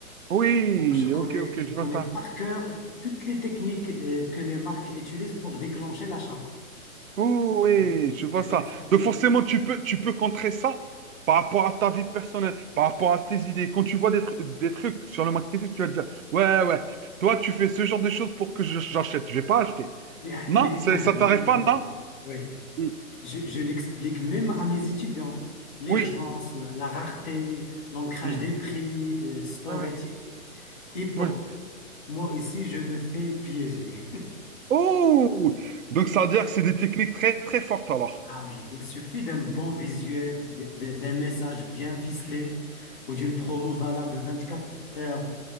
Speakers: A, on the right (about 70°); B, on the left (about 35°).
A: Oui,
B: Donc, je connais,
A: ok, ok,
B: je
A: je
B: connais
A: vois ça.
B: par cœur toutes les techniques, euh, que les marques utilisent pour déclencher l'achat.
A: Oh oui,
B: Je,
A: je vois
B: je l'explique.
A: ça. Donc forcément, tu peux, tu peux contrer ça par rapport à ta vie personnelle, par rapport à tes idées. Quand tu vois des, tru- des trucs sur le marketing, tu vas te dire, ouais, ouais, toi, tu fais ce genre de choses pour que je- j'achète. Je vais pas acheter.
B: Mais,
A: Non,
B: mais imagine,
A: c'est- ça t'arrive
B: imagine.
A: pas, non?
B: Oui.
A: Mm.
B: Je, je l'explique même à mes étudiants. L'urgence,
A: Oui.
B: la, la rareté, l'ancrage
A: Hmm.
B: des prix, euh, storage.
A: Ouais, ouais,
B: Et pourtant,
A: ouais.
B: moi ici, je me fais piéger.
A: Oh! Donc
B: <laughs> Il-
A: ça veut dire que c'est des techniques très, très fortes alors.
B: Ah oui, il suffit d'un bon visuel, d- d- d'un message bien ficelé ou d'une promo valable 24 heures